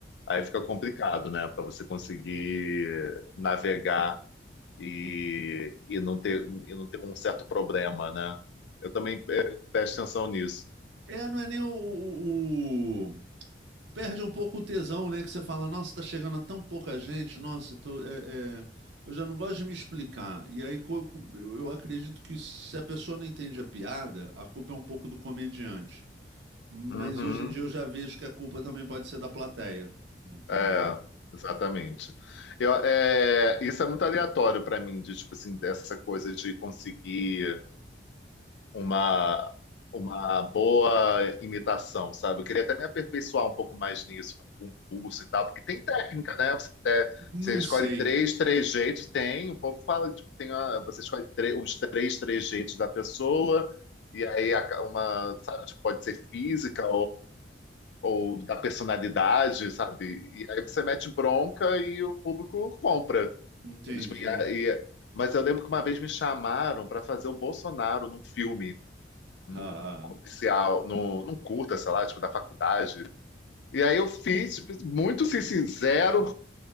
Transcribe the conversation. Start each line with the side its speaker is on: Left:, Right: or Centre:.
Left: Aí fica complicado, né? Para você conseguir navegar e, e, não ter, e não ter um certo problema, né? Eu também eh, presto atenção nisso.
Right: É, não é nem o, o- o- Perde um pouco o tesão, né? Que você fala, nossa, tá chegando a tão pouca gente, nossa, eu tô, é, é, eu já não gosto de me explicar. E aí co- eu eu acredito que se a pessoa não entende a piada, a culpa é um pouco do comediante. Mas
Left: Uhum.
Right: hoje em dia eu já vejo que a culpa também pode ser da plateia, entendeu?
Left: É, exatamente. Eu, é, isso é muito aleatório para mim, de tipo assim, dessa coisa de conseguir uma, uma boa imitação, sabe? Eu queria até me aperfeiçoar um pouco mais nisso, fazer um curso e tal, porque tem técnica, né? Você, te-
Right: Não
Left: você escolhe
Right: sei,
Left: três, três jeitos, tem, o povo fala, tipo, tem uma- você escolhe tre- uns três, três jeitos da pessoa, e aí a- uma, sabe, tipo, pode ser física ou da personalidade, sabe? E aí você mete bronca e o público compra.
Right: entendi.
Left: sabe? Tipo, e a- e- mas eu lembro que uma vez me chamaram para fazer o Bolsonaro num filme,
Right: <laughs>
Left: num comercial, num, num curta, sei lá, tipo, da faculdade. E aí eu fiz, tipo, muito assim, sincero.